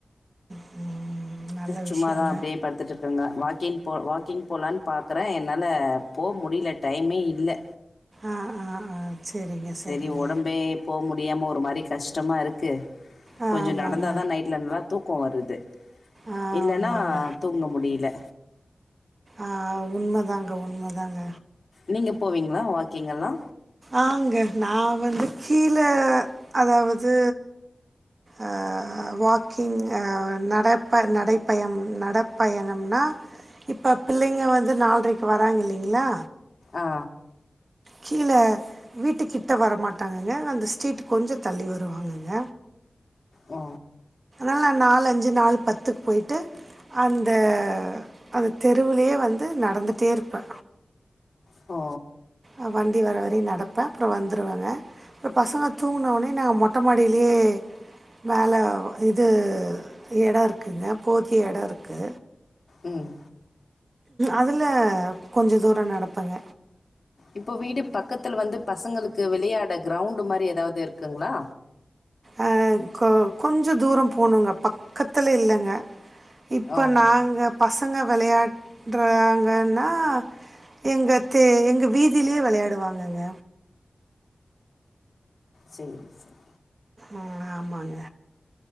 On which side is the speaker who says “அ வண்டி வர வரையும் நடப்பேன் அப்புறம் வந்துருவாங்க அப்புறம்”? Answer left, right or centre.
Right